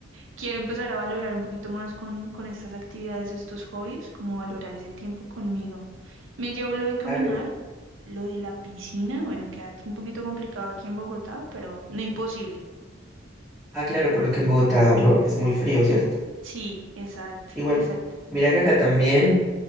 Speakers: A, on the right; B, in the centre.
A: quiero empezar a valorar un poquito más con, con estas actividades, estos hobbies, como valorar ese tiempo conmigo. Me llevo lo de caminar,
B: Claro.
A: lo de la piscina, bueno, queda un poquito complicado aquí en Bogotá, pero no imposible.
B: Ah, claro, por lo que en Bogotá lo- es muy frío, ¿cierto?
A: Sí, exacto,
B: Igual,
A: exacto.
B: mira que acá también